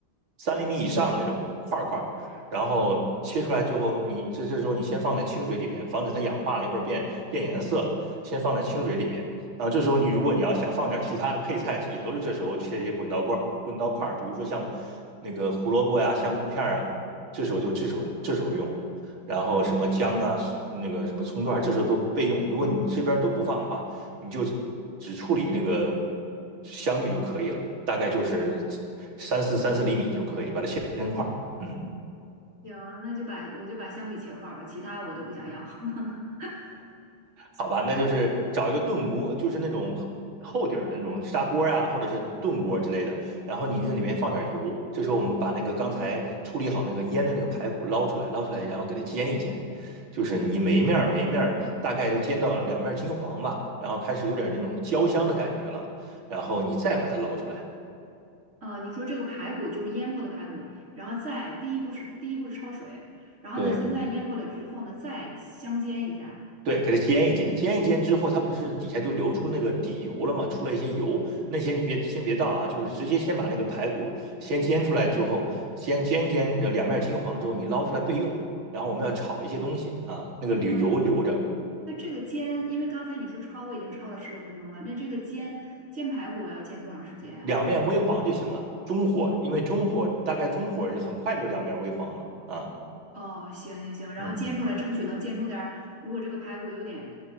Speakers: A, on the right; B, on the right.
A: 三厘米以上那种块儿块儿，然后切出来之后，你这这时候你先放在清水里边，防止它氧化了，一会儿变变颜色了，先放在清水里边。然后这时候你如果你要想放点其他的配菜，也都是这时候切一些滚刀块儿滚刀块儿，比如说像那个胡萝卜呀、香菇片儿啊，这时候就这时候这时候用。然后什么姜啊，那个什么葱段，这时候都备用。如果你这边都不放的话，你就只处理那个香芋就可以了，大概就是三四三四厘米就可以把它切成块儿。嗯。
B: 行，那就把我就把香芋切块儿吧，其他我都不想要。<laughs>
A: 好吧，那就是找一个炖锅，就是那种厚厚底儿的那种砂锅呀、或者是炖锅之类的。然后你那里面放点油，这时候我们把那个刚才处理好那个腌的那个排骨捞出来，捞出来，然后给它煎一煎。就是你每一面儿每一面儿大概都煎到两面金黄吧，然后开始有点那种焦香的感觉了，然后你再把它捞出来。
B: 啊，你说这个排骨就是腌过的排骨，然后再第一步是第一步是焯水，然后呢，
A: 对，
B: 现在腌过了之后呢，再香煎一下，对吗？
A: 对，给它煎一煎，煎一煎之后，它不是底下就流出那个底油了嘛，出来一些油，那些你别先别倒啊，就是直接先把那个排骨先煎出来之后，先煎煎呃两面金黄了之后，你捞出来备用。然后我们要炒一些东西啊，那个留油留着，
B: 呃，那这个煎，因为刚才你说焯，我已经焯了十多分钟了，那这个煎煎排骨我要煎多长时间呀？
A: 两面微黄就行了。中火，因为中火大概中火很快就两面微黄了啊。
B: 哦，行行行，然后煎出来，
A: 嗯。
B: 争取能煎出点儿，如果这个排骨有点